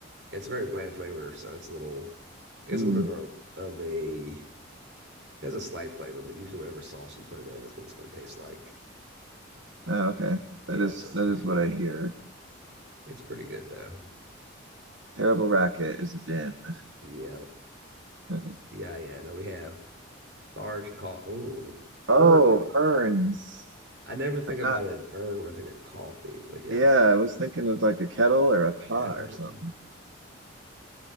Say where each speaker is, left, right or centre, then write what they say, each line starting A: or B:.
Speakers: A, on the right; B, on the right.
A: It's very bland flavor, so it's a little, I guess
B: Hmm.
A: a little bit of a, of a, it has a slight flavor, but usually whatever sauce you put it in is what it's going to taste like. Um,
B: Ah, okay.
A: yeah,
B: That is
A: so it's
B: that
A: pretty
B: is
A: good.
B: what I hear.
A: It's pretty good though.
B: Terrible racket is a din.
A: Yeah,
B: <laughs>
A: D-I-N. Now we have large coffee. Oh,
B: Oh,
A: urn.
B: urns.
A: I never think
B: I'm
A: about
B: not,
A: an urn when I think of coffee, but yes,
B: yeah, I was thinking of like a kettle or a pot
A: yeah, an urn.
B: or something.